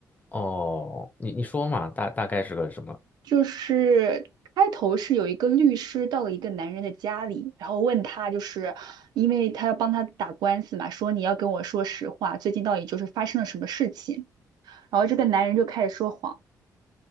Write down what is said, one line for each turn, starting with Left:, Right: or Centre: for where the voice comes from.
Left: 哦。你你说嘛，大大概是个什么？
Right: 就是开头是有一个律师到了一个男人的家里，然后问他，就是因为他要帮他打官司嘛，说你要跟我说实话，最近到底就是发生了什么事情。然后这个男人就开始说谎。